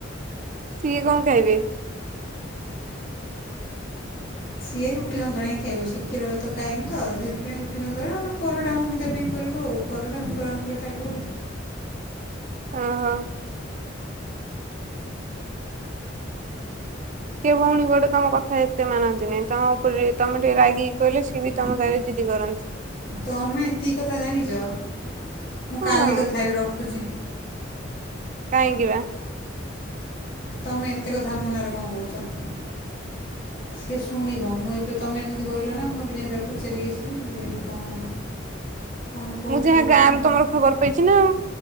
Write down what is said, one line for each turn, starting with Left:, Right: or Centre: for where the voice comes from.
Right: ସିଏ କଣ ଖାଇବେ?
Left: ସିଏ ରୁଟି ସନ୍ତୁଳା ହିଁ ଖାଇବ ସିଏ କ୍ଷୀର ଭାତ ଖାଏନି ତ ସେଥିପାଇଁ ରୁଟି ସନ୍ତୁଳା ନଲେ ପରଟା ମମି ତା ପାଇଁ କରିବ ଆଉ ପରଟା ସନ୍ତୁଳା ନହେଲେ ଖାଇବ ଆଉ
Right: ଅହ। ସେ ଭଉଣୀ କୁଆଡେ ତମ କଥା ଏତେ ମାନନ୍ତିନି ତମ ଉପରେ ତମେ ଟିକେ ରାଗିକି କହିଲେ ସିଏ ବି ତମ ସାରେ ଜିଦି କରନ୍ତି।
Left: ତମେ ଏତିକି କଥା ଜାଣିଚ ମୁଁ
Right: ହଁ
Left: କାଲି କଥା ହେବି ରଖୁଛି।
Right: କାଇଁକିି ବା?
Left: ତମେ ଏତେ କଥା ମୋ ନାଁରେ କଣ କହୁଛ? ସିଏ ଶୁଣିବ ମୁଁ ଏବେ ତମେ ଏମିତି କହିଲ ନା ମୁଁ ଏବେ ଯାଇ ତାକୁ ପଚାରିକି ଆସିବି ମୁଁ କଣ? କ'ଣ କହୁଛୁ
Right: ମୁଁ ଯାହା
Left: ବୋଲି
Right: ଗାଁ
Left: ଏମିତି
Right: ରୁ ତମର ଖବର ପାଇଛି ନା ଆଉ